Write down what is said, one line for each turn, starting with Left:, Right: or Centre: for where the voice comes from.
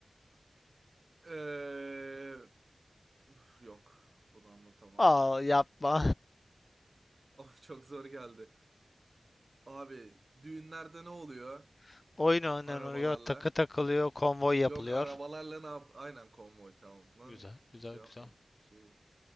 Right: Ee, üf, yok. Bunu anlatamam.
Left: Al yapma.
Right: <laughs> Of çok zor geldi. Abi düğünlerde ne oluyor?
Left: <laughs> Oyun oynanıyor,
Right: Arabalarla.
Left: takı takılıyor, konvoy yapılıyor.
Right: Yok arabalarla ne yap? Aynen konvoy tamam. Lan
Left: Güzel, güzel,
Right: şey yapma.
Left: güzel.
Right: Şey.